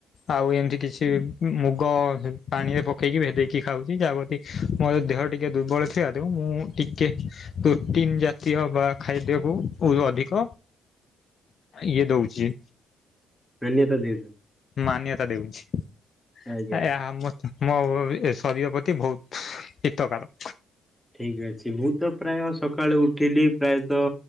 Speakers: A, on the left; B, in the centre.
A: ଆଉ ଏମିତି କିଛି ମୁଗ ହ ପାଣିରେ ପକେଇକି ଭେଦେଇକି ଖାଉଛି, ଯାହା ପ୍ରତି ମୋ ଦେହ ଟିକେ ଦୁର୍ବଳ ଥିଲାରୁ ମୁଁ ଟିକେ ପ୍ରୋଟିନ୍ ଜାତୀୟ ବା ଖାଦ୍ୟକୁ ଅଧିକ ଇଏ ଦଉଛି।
B: ମାନ୍ୟତା ଦେଉଛନ୍ତି।
A: ମାନ୍ୟତା ଦେଉଛି
B: ଆଜ୍ଞା।
A: ଆ ମୋ ମୋ ଏ ଶରୀର ପ୍ରତି ବହୁତ ହିତକାର।
B: ଠିକ ଅଛି, ମୁଁ ତ ପ୍ରାୟ ସକାଳୁ ଉଠିଲି ପ୍ରାୟତଃ